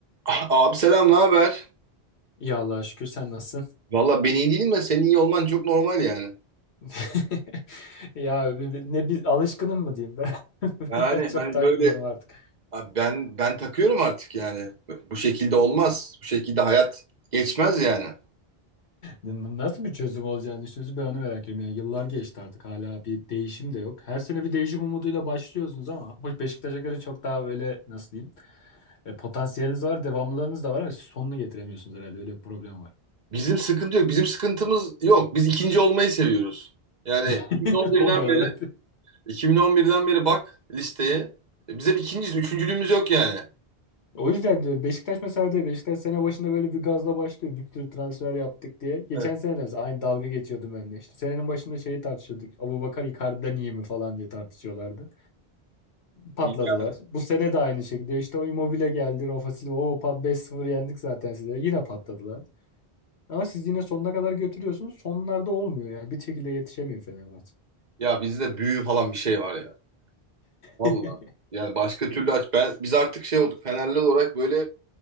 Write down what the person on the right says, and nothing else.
Ah, Abi selam, ne haber?
Valla ben iyi değilim de senin iyi olman çok normal yani.
Yani
hani
böyle
abi ben ben takıyorum artık yani. Bu şekilde olmaz. Bu şekilde hayat geçmez yani.
Bizim sıkıntı yok. Bizim sıkıntımız yok. Biz ikinci olmayı seviyoruz. Yani
2011'den beri
2011'den beri bak listeye. Biz hep ikinciyiz. Üçüncülüğümüz yok yani.
Evet.
Yani
ya bizde büyü falan bir şey var ya. Vallahi
yani başka türlü aç ben biz artık şey olduk. Fenerli olarak böyle